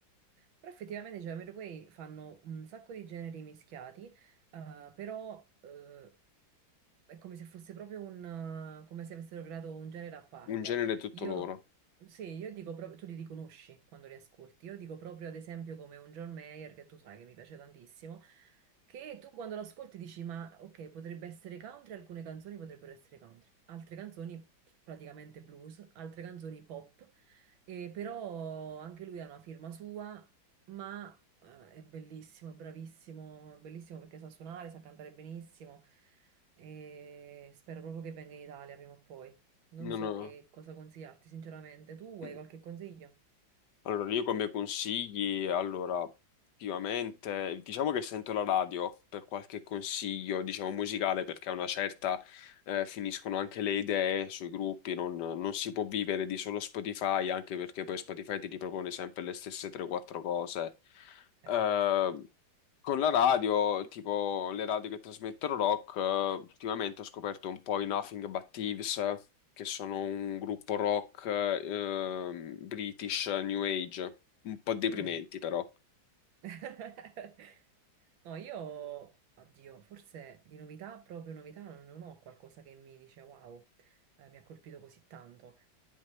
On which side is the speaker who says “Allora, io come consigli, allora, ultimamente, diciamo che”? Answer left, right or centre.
Left